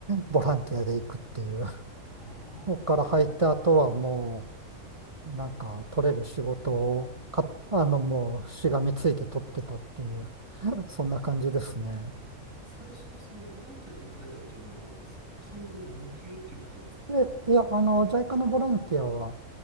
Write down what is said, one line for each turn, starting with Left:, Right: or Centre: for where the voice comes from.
Right: ボランティアで行くっていう。
Left: ああー、
Right: そこから入った後はも
Left: なるほど。
Right: う、なんか取れる仕事をか、あの、もうしがみついて取ってたっていう。そんな感じですね。
Left: え、最初にそのボランティアで行かれたっていうのは、さ、完全無給っていうことですか
Right: で、いや、あの、j i のボランティアは、